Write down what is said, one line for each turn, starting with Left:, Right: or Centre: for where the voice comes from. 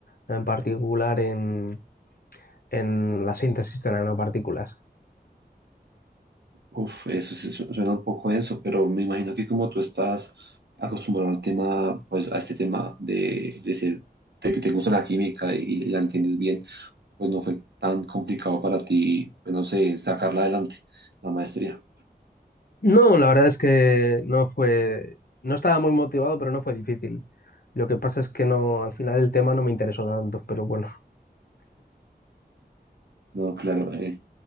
Left: en particular en, en la síntesis de nanopartículas.
Right: Uf, eso sí su- suena un poco denso, pero me imagino que como tú estás acostumbrado al tema, pues a este tema de, de, ser- de que te gusta la química y, y la entiendes bien, pues no fue tan complicado para ti, pues, no sé, sacarla adelante, la maestría.
Left: No, la verdad es que no fue, no estaba muy motivado, pero no fue difícil. Lo que pasa es que no, al final el tema no me interesó tanto, pero bueno.
Right: No, claro. eh,